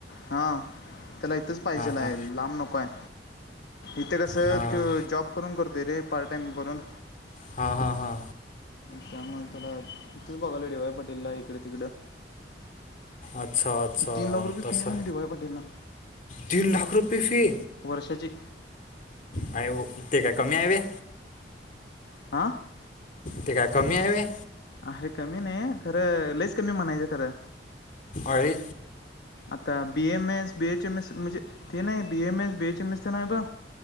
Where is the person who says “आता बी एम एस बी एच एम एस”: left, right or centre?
Left